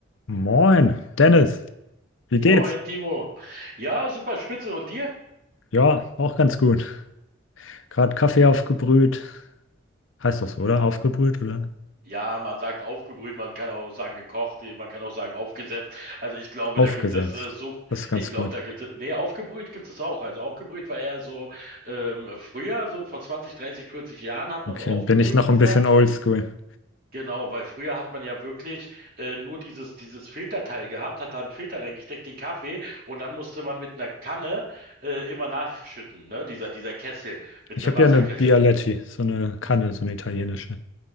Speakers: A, on the left; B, on the right.
A: Moin, Dennis, wie
B: Moin,
A: geht's?
B: Timo. Ja, super spitze. Und dir?
A: Ja, auch ganz gut. Gerade Kaffee aufgebrüht. Heißt doch so, oder? Aufgebrüht oder?
B: Ja, man sagt aufgebrüht, man kann auch sagen gekocht, man kann auch sagen aufgesetzt. Also ich glaube,
A: Aufgesetzt.
B: da gibt es äh, so,
A: Das ist ganz
B: ich glaube,
A: gut.
B: da gibt es, nee, aufgebrüht gibt es auch. Also aufgebrüht war eher so ähm, früher, so vor 20, 30, 40 Jahren hat man
A: Okay,
B: so aufgebrüht
A: bin ich noch
B: gesagt.
A: ein bisschen oldschool.
B: Genau, weil früher hat man ja wirklich äh, nur dieses, dieses Filterteil gehabt, hat da einen Filter reingesteckt, den Kaffee, und dann musste man mit einer Kanne äh, immer nachschütten, ne? Dieser, dieser Kessel mit
A: Ich
B: einem
A: habe
B: Wasserkessel.
A: ja eine Bialetti, so eine Kanne, so eine italienische.